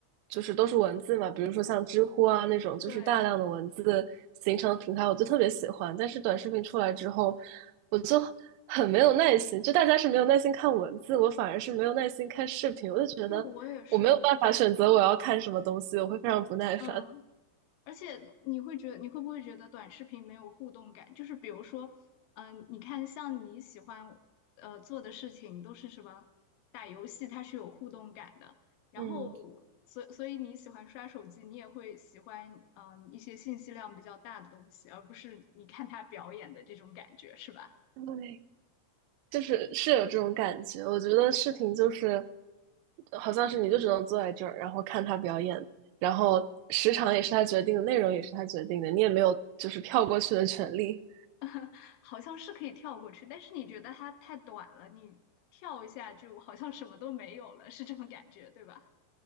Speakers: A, on the right; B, on the left.
A: 就是都是文字嘛，比如说像知乎啊那种，就是大量的文字形成的平台，
B: 对，
A: 我就特别喜欢。但是短视频出来之后，我就很没有耐心，就大家是没有耐心看文字，我反而是没有耐心看视频，我就觉得我没有办法选择我要看什么东西，
B: 对，我也是，
A: 我会非常不耐烦。
B: 嗯。而且你会觉得，你会不会觉得短视频没有互动感？就是比如说，嗯、你看像你喜欢呃做的事情都是什么打游戏，它是有互动感的。然后，
A: 嗯，
B: 所所以你喜欢刷手机，你也会喜欢嗯、呃一些信息量比较大的东西，而不是你看他表演的这种感觉，是吧？
A: 对。就是是有这种感觉。我觉得视频就是，呃好像是你就只能坐在这儿，然后看他表演，然后时长也是他决定的，内容也是他决定的，你也没有就是跳过去的权利。
B: <laughs> 好像是可以跳过去，但是你觉得它太短了，你跳一下就好像什么都没有了，是这种感觉，对吧？